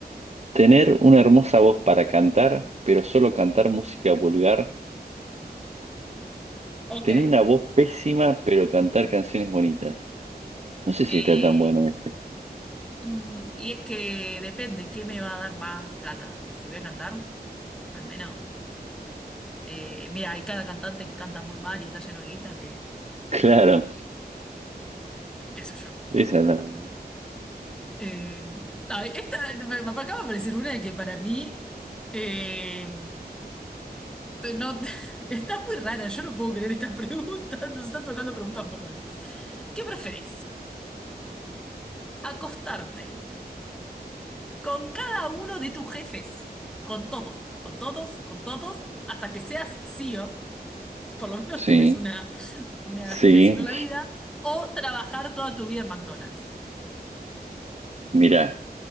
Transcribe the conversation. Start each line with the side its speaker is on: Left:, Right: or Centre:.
Right: tener una hermosa voz para cantar, pero solo cantar música vulgar.
Centre: Ok.
Right: Tener una voz pésima, pero cantar canciones bonitas. No sé si
Centre: Eh,
Right: está tan bueno este.
Centre: mm, y es que depende, ¿qué me va a dar más plata? Si voy a cantar, al menos. Eh, mira, hay cada cantante que canta muy mal y está lleno de guita que,
Right: <laughs> Claro.
Centre: qué sé yo.
Right: Esa es la...
Centre: Eh, ah, esta, me, me acaba de aparecer una que para mí eh, no, <laughs> está muy rara, yo no puedo creer esta <laughs> pregunta, nos están tocando preguntas muy raras. ¿Qué preferís? ¿Acostarte Con cada uno de tus jefes. Con todos, con todos, con todos, hasta que seas CEO, por lo menos tenés
Right: Sí,
Centre: una, una
Right: sí.
Centre: aspiración a la vida, o trabajar toda tu vida en McDonald's.
Right: Mira,